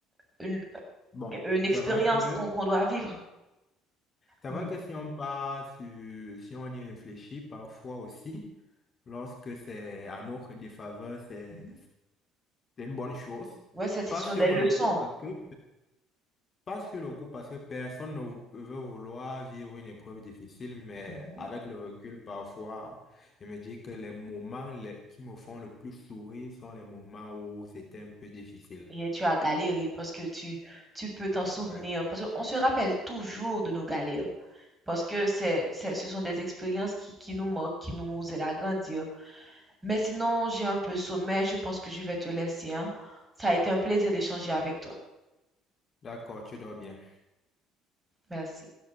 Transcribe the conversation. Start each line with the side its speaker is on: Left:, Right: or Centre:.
Right: une,
Left: bon.
Right: une expérience
Left: C'est vrai que
Right: qu'on qu'on doit vivre.
Left: c'est
Right: Mmh.
Left: vrai que si on part sur, si on y réfléchit parfois aussi, lorsque c'est en notre défaveur, c'est
Right: Mmh
Left: c'est une bonne chose.
Right: Ouais, c'est c'est
Left: Pas
Right: sur
Left: sur
Right: des leçons
Left: le coup, parce que Pas sur le coup, parce que personne ne vou- veut vouloir vivre une épreuve difficile, mais
Right: Mmh
Left: avec le recul, parfois, je me dis que les moments les- qui me font le plus sourire sont les moments où c'était un peu difficile.
Right: et tu as galéré parce que tu tu peux t'en souvenir.
Left: Ouais.
Right: Parce qu'on se rappelle toujours de nos galères parce que c'est c'est ce sont des expériences qui qui nous marquent, qui nous aident à grandir. Mais sinon, j'ai un peu sommeil, je pense que je vais te laisser, hein. Ça a été un plaisir d'échanger avec toi.
Left: D'accord, tu dors bien.
Right: Merci.